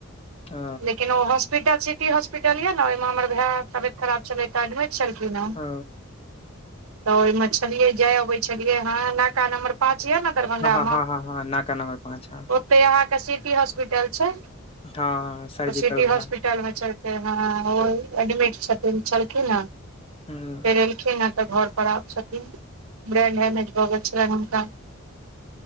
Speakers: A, on the left; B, on the right.
A: ओ
B: लेकिन ओहो हॉस्पिटल सिटी हॉस्पिटल यऽ ने ओहिमे हमर भाय तबियत खराब छलै तऽ एडमिट छलखिन हँ
A: ओ
B: तऽ ओहिमे छलियै जाय अबै छलियै ह नाका नम्बर पाँच यए ने दरभंगा
A: हँ ह हँ ह हँ नाका नबर पाँच
B: आहा के सिटी हॉस्पिटल छै
A: हँ सर्जिकल
B: ओ सिटी
A: बला
B: हॉस्पिटल मे छलखिन ओ एडमिट छथिन चलखिन हन
A: ह
B: फेर एलखिन तऽ घर पर आब छथिन ब्रेंड एमेज भऽ गेल छलनि हुनका